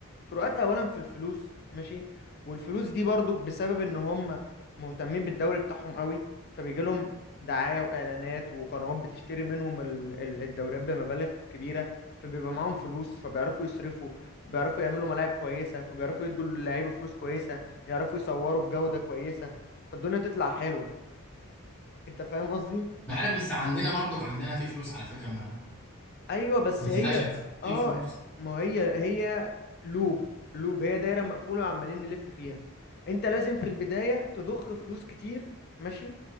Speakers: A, on the left; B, in the centre.
A: فروقات اولا في الفلوس ماشي والفلوس دي برضو بسبب ان هم مهتمين بالدوري بتاعهم قوي فبيجي لهم دعايه واعلانات وقنوات بتشتري منهم ال- ال- الدوريات بمبالغ كبيره فبيبقى معاهم فلوس فبيعرفوا يصرفوا فبيعرفوا يعملوا ملاعب كويسه فبيعرفوا يدوا اللعيبه فلوس كويسه يعرفوا يصوروا بجوده كويسه فالدنيا تطلع حلوه انت فاهم قصدي
B: انا عارف بس عندنا برضك عندنا في فلوس على فكره ما
A: ايوه بس
B: ما
A: هي
B: تقلقش في
A: اه
B: فلوس
A: ما هي هي لوب لوب هي دايره مقفوله وعمالين نلف فيها انت لازم في البدايه تضخ فلوس كتير ماشي